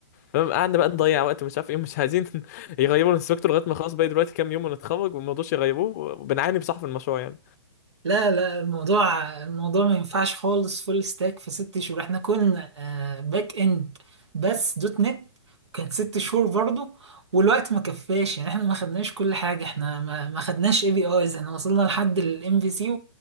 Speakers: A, on the left (about 35°); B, on the right (about 80°).
A: فاهم قعدنا بقى نضيع وقت مش عارف ايه مش عايزين <laughs> يغيروا الانستراكتور لغايه ما خلاص باقي دلوقتي كام يوم ونتخرج وما رضوش يغيروه وبنعاني بصح في المشروع يعني
B: لا لا الموضوع الموضوع ما ينفعش خالص فول ستاك في ست شهور احنا كنا آه، باك اند بس دوت نت كانت ست شهور برضو والوقت ما كفاش يعني احنا ما خدناش كل حاجة احنا ما, ما خدناش اي بي ايز احنا وصلنا لحد الام في سي